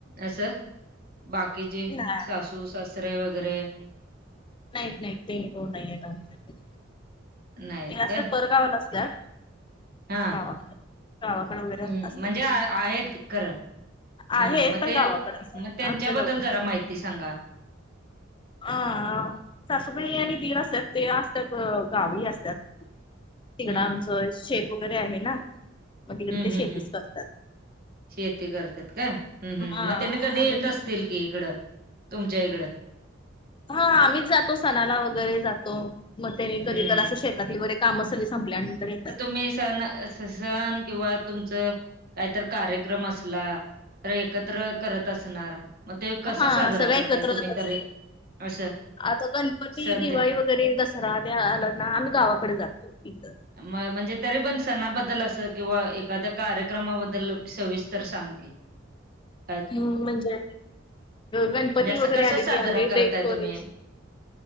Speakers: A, on the right; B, on the left.
A: असं बाकीचे
B: ना
A: सासू सासरे वगैरे,
B: नाही नाही ते नि को नाही ते
A: नाहीत
B: असं
A: काय
B: परगावाला. असतात.
A: हा
B: गावाकडे गावाकडे वगैरे
A: हम्
B: असतात
A: म्हणजे आहेत
B: ते
A: खरं. ह
B: आहेत
A: मग
B: पण
A: ते
B: गावाकडे असतात
A: मग त्यांच्याबद्दल
B: आमच्या जवळ
A: जरा
B: नसतात.
A: माहिती सांगा.
B: अ सासूबाई आणि दिर असतात, ते असतात गावी असतात. तिकडं
A: हम्म
B: आमचं शेत वगैरे आहे ना, मग तिकडे
A: हम्म
B: ते
A: हम्म
B: शेतीच
A: हम्म
B: करतात.
A: शेती करतात का ह ह्
B: हा
A: मग त्यांनी कधी
B: आम्ही
A: येत
B: बिझ
A: असतील कि इकडं. तुमच्या इकडं.
B: हा आम्हीच जातो सणाला वगैरे जातो. मग त्यांनी
A: हम्म
B: कधी तर असं शेतातली बैरे कामं सगळी संपल्या आणि नंतर येतात.
A: मी <unintelligible> सन किंवा तुमचं काहीत कार्यक्रम असला. तर एकत्र करत असणार. मग ते कसा
B: हा
A: साजरा
B: सगळं एकत्रच
A: करताय तुम्ही
B: असतं.
A: तर असं
B: आता गणपती,
A: सन.
B: दिवाळी दसरा त्या आला ना आम्ही गावाकडे जातो इथ,
A: म म्हणजे तरी पण सणाबद्दल असं किंवा एखाद्या कार्यक्रमाबद्दल सविस्तर सांग की. <inaudible> <unintelligible>
B: हम् म्हणजे, गणपती
A: म्हणजे असं
B: वगैरे
A: कसं
B: आले की
A: साजरा
B: आम्ही
A: करताय
B: डेकोरे
A: तुम्ही?